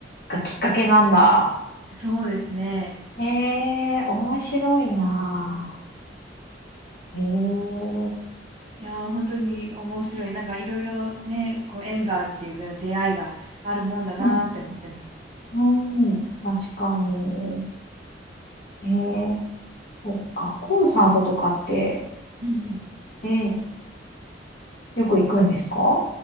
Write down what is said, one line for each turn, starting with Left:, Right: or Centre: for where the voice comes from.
Left: がきっかけなんだ。
Right: そうですね。
Left: ええー、面白いな。ええー、
Right: いやー、本当に面白い。なんかいろいろね、こう縁があるっていうか、出会いがあるもんだなーって思ってます。
Left: うん、うん、確かに。ええ、そっか。コンサートとかって、
Right: うんうん。
Left: えーよく行くんですか